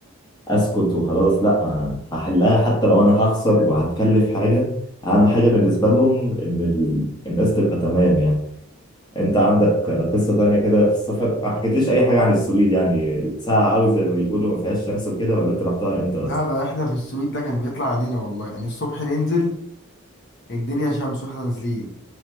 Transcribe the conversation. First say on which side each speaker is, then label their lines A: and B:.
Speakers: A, on the left; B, on the left.
A: اسكت وخلاص لا هحلها حتى لو انا هخسر وهتكلف حاجه اهم حاجه بالنسبه لهم ان ال... الناس تبقى تمام يعني انت عندك قصه تانية كده في السفر ما حكيتليش اي حاجه عن السويد يعني ساقعه قوي زي ما بيقولوا ما فيهاش شمس وكده ولا انت رحتها امتى اصلا
B: لا ده احنا في السويد ده كان بيطلع علينا والله يعني الصبح ننزل الدنيا شمس واحنا نازلين